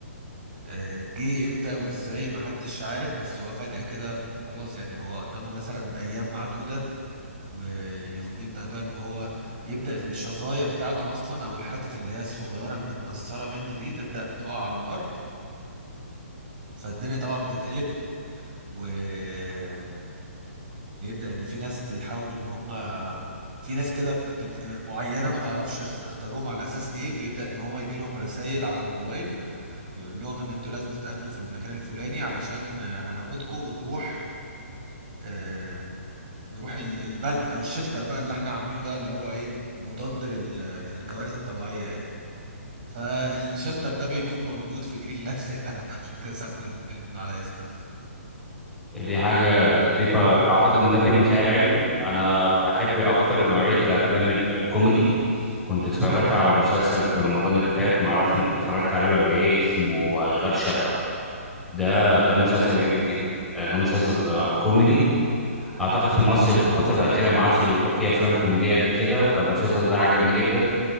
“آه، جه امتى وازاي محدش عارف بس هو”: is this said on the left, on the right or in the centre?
Right